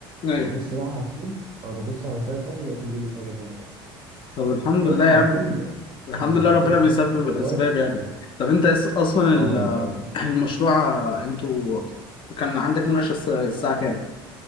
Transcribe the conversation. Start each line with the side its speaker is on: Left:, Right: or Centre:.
Left: ايوه
Right: ببص بقى على الكود اه ببص على رسالة صاحبي لقيته بيقول لي كذا كذا كذا
Left: طب الحمد
Right: رحت قايم
Left: لله يا
Right: على
Left: عم
Right: طول
Left: الحمد
Right: اه
Left: لله
Right: ظبطت
Left: ربنا بيسبب
Right: الكود والله
Left: الاسباب يعني طب انت اس- اصلا
Right: اه
Left: ال-
Right: والله
Left: المشروع آه، انتوا كان عندك مناقشة الس- الساعة كام؟